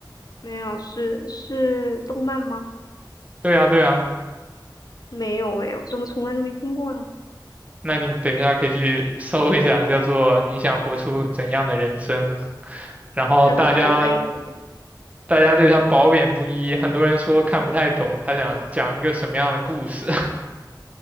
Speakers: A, on the left (about 55°); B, on the right (about 20°).
A: 没有，是是动漫吗？
B: 对啊，对啊，
A: 没有诶，我怎么从来都没听过呢？
B: 那你等一下可以去搜一下，叫做《你想活出怎样的人生》，然后大家
A: 它的口碑怎么样？
B: 大家对他褒贬不一，很多人说看不太懂他想讲一个什么样的故事。<laughs>